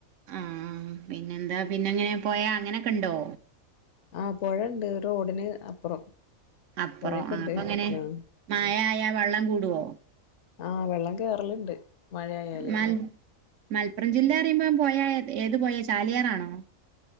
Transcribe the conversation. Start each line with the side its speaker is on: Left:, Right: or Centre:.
Right: ആഹ് പിന്നെന്താ പിന്നെങ്ങനെ പൊയ അങ്ങനൊക്കെ ണ്ടോ?
Left: ആഹ് പൊഴണ്ട് റോഡിന് അപ്പുറം.
Right: അപ്പുറം
Left: പൊഴയൊക്കെ
Right: ആ
Left: ഉണ്ട്
Right: അപ്പൊങ്ങനെ
Left: ആഹ്
Right: മയായ വള്ളം കൂടോ?
Left: ആഹ് വെള്ളം കേറല്ണ്ട് മഴായാല്.
Right: മൽ മലപ്പുറം ജില്ല റിമ്പം പൊയ അ ഏത് പൊയേ ചാലിയാറാണോ?